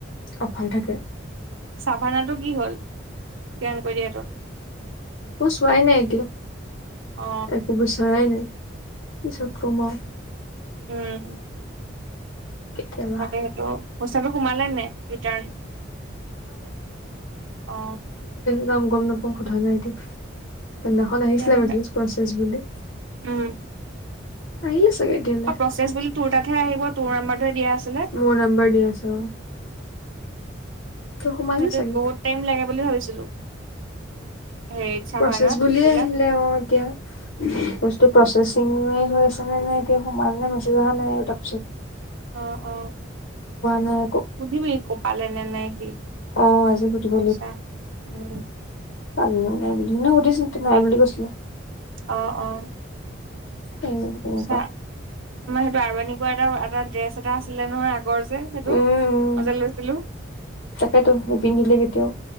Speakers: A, on the left; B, on the right.
A: অফাৰ থাকে
B: চাভানাটো কি হল স্কেম কৰি দিয়াতোত
A: মই চোৱাই নাই এতিয়া
B: অ
A: একো বিচৰাই নাই পিছত কম আও
B: উম
A: কেতিয়াবা
B: থাকে সেইটো পইচাটো সোমালে নাই ৰিটাৰ্ণ অ
A: গাম গম নাপাওঁ সোধা নাই দেই সেইদিনাখন
B: তেতিয়াহলে
A: আহিছিলে মেছেজ প্ৰচেছ বুলি
B: উম
A: আহিলে চাগে এতিয়া
B: অ প্ৰচেছ বুলি তোৰ তাতহে আহিব তোৰ নম্বাৰটোহে দিয়া আছে
A: মোৰ নম্বৰ দিয়া আছে অ ত সোমালে
B: সেইটোত
A: চাগে
B: বহুত টাইম লাগে বুলি ভাবিছিলো হেৰিত চাভানাত
A: প্ৰচেছ বুলিয়ে
B: এইবিলাক
A: আহিলে অ এতিয়া বস্তু প্ৰচেচিঙে হৈ আছে নে নে এতিয়া সোমাল নে মেছেজ অহা নাই তাপিচত
B: অ অ
A: নাই একো
B: সুধিবি কো পালে নে নাই সি
A: অ আজি সুধিব
B: পইছা উম
A: পালে নে নাই বুলি মই সুধিছিলো তো নাই বুলি কৈছিলে
B: অ অ
A: উম তেনেকুৱা
B: চা, তোমাৰ সেইটো আৰবানিকৰ এটা এটা ড্ৰেছ এটা আছিলে নহয়, আগৰ যে সেইটো
A: উম উম
B: মই যে লৈছিলো।
A: তাকেতো নিপিন্ধিলে কেতিয়াও